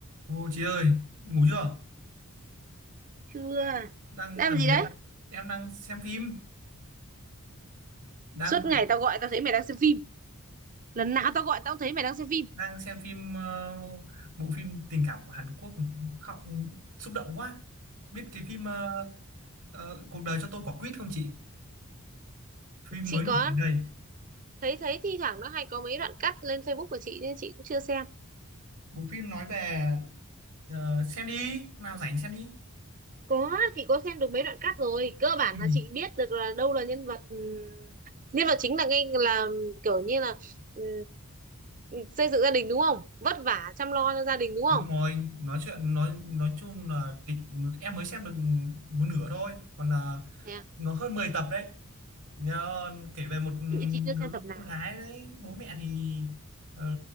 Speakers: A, on the right (about 75°); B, on the right (about 35°).
A: Ô chị ơi, ngủ chưa?
B: chưa đang
A: Đang
B: làm
A: làm
B: gì
A: gì
B: đấy
A: đây? Em đang xem phim, đang
B: suốt ngày tao gọi tao thấy mày đang xem phim lần nào tao gọi tao cũng thấy mày đang xem phim
A: đang xem phim ờ, bộ phim tình cảm của Hàn Quốc, khóc xúc động quá. Biết cái phim ờ, ờ, Cuộc đời cho tôi quả quýt không chị? Phim
B: chị
A: mới nổi
B: có
A: gần đây.
B: thấy thấy thi thoảng nó hay có mấy đoạn cắt lên Facebook của chị nên chị cũng chưa xem
A: Bộ phim nói về ờ, xem đi, nào rảnh xem đi.
B: có chị có xem được mấy đoạn cắt rồi cơ bản
A: Ừ,
B: là chị biết được là đâu là nhân vật ừm, nhân vật chính là ngay là kiểu như là ừm, xây dựng gia đình đúng không vất vả chăm lo cho gia đình đúng
A: đúng
B: không
A: rồi, nói chuyện nói nói chung là kịch em mới xem được một nửa thôi, còn là
B: Thế à?
A: nó hơn 10 tập đấy. Nhờ, kể về một
B: chị chưa
A: đứa
B: xem tập nào
A: con gái đấy bố mẹ thì ờ,